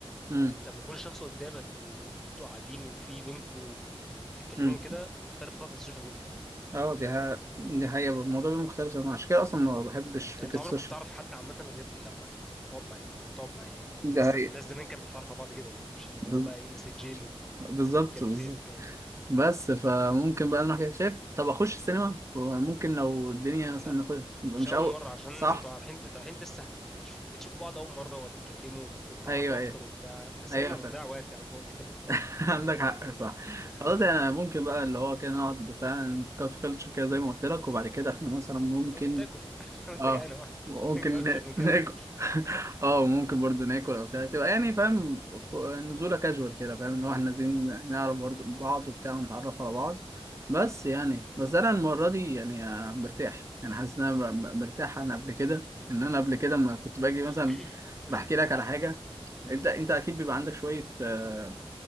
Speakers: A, on the right (about 30°); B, in the centre.
A: أمم
B: لما يكون الشخص قدامك و- وانتوا قاعدين وفي بينكوا تتكلموا
A: أمم
B: كده مختلف خالص عن السوشيال ميديا
A: أه دي ها... دي حقيقة الموضوع بيبقى مختلف أنا عشان كده أصلا ما بحبش فكرة
B: يعني انت عمرك
A: السوشيال
B: ما بتعرف حد عامه غير لما تقعد معاه لازم تقعد معاه يعني يعني
A: دي
B: اصلا
A: حقيقة
B: الناس زمان كانت بتتعرف على بعض كده يعني مش اللي هو
A: بز-
B: بقى ايه مسجين و-
A: بالظبط
B: ومكالمتين
A: بالظبط
B: والكلام ده
A: بس فممكن بقى نروح كده شايف طب اخش السينما ممكن لو الدنيا مثلا
B: لا
A: نخش يبقى
B: مش
A: مش
B: اول
A: اول
B: مره عشان
A: صح
B: انتوا رايحين انتوا رايحين لسه هت- بتشوفوا بعض اول مره وتتكلموا وتتعرفوا
A: ايوه
B: اكتر
A: ايوه
B: وبتاع فالسينما
A: ايوه فاهم
B: بتضيع وقت على الفاضي يعني
A: <laughs> عندك حق صح
B: <laughs>
A: خلاص انا ممكن بقى اللي هو كده نقعد فعلا في كافي كلتشر كده زي ما قلت لك وبعد كده احنا مثلا ممكن
B: ممكن تاكل <laughs> لو انت
A: اه
B: جعان أوي.
A: ممكن
B: <laughs> اكتر
A: نا-
B: من كده
A: ناكل
B: ما بتعملش
A: <laughs> اه ممكن برضو ناكل او بتاع تبقى يعني فاهم ف- نزوله كاجوال كده فاهم اللي هو احنا عايزين نعرف برضو بعض وبتاع ونتعرف على بعض بس يعني بس انا المره دي يعني آه، مرتاح يعني حاسس ان انا م- مرتاح عن قبل كده ان انا قبل كده ما كنت باجي
B: <coughs>
A: مثلا
B: مم.
A: بحكي لك على حاجه انت انت اكيد بيبقى عندك شويه آه،